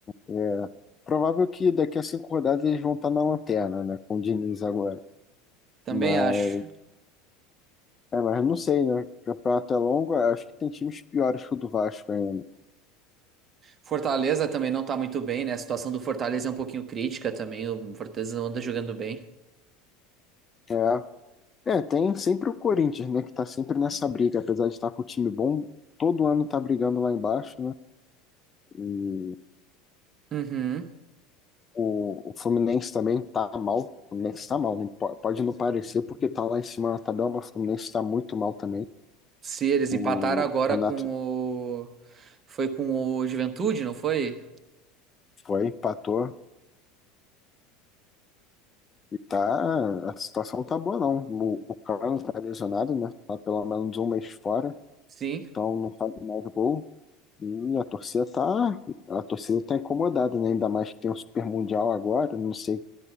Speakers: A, on the left; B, on the right.
A: é, provável que daqui a cinco rodadas eles vão estar na lanterna, né, com o Diniz agora,
B: Também
A: mas,
B: acho.
A: é, mas não sei, né, o campeonato é longo, acho que tem times piores que o do Vasco ainda,
B: Fortaleza também não tá muito bem, né? A situação do Fortaleza é um pouquinho crítica também. O Fortaleza não anda jogando bem.
A: é, É, tem sempre o Corinthians, né, que tá sempre nessa briga, apesar de estar com o time bom, todo ano tá brigando lá embaixo, né? E
B: Uhum.
A: o, o Fluminense também tá mal. O Fluminense tá mal, não po- pode não parecer porque tá lá em cima na tabela, mas o Fluminense tá muito mal também.
B: Se eles
A: O
B: empataram agora
A: Renato
B: com o. Foi com o Juventude, não foi?
A: foi, empatou e tá, a situação não tá boa não. O, o Carlos tá lesionado, né? Tá pelo menos um mês fora,
B: Sim.
A: então não faz mais gol. E a torcida tá, a torcida tá incomodada, né? Ainda mais que tem o Super Mundial agora, não sei